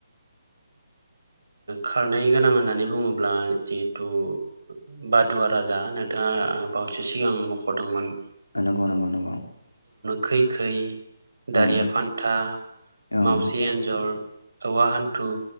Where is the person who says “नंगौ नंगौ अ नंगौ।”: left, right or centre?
Left